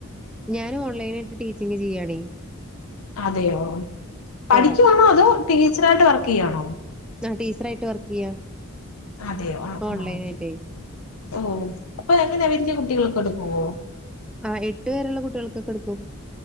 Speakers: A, in the centre; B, on the left.
A: ഞാൻ ഓൺലൈനായിട്ട് ടീചിങ് ചെയാണെ
B: അതെയോ പഠിക്കുവാണോ
A: ട്ടോ
B: അതോ ടീച്ചറായിട്ട് വർക്ക് ചെയാണോ
A: ആഹ് ടീച്ചറായിട്ട് വർക്ക് ചെയ്യാ
B: അതെയോ ആഹ്
A: ഓൺലൈനായിട്ടേ
B: ആഹ് ഓഹ് അപ്പൊ എങ്ങനെ വലിയ കുട്ടികളൊക്കെ എടുക്കുവോ
A: ആഹ് എട്ടു വരെള്ള കുട്ടികൾക്കൊക്കെ എടുക്കും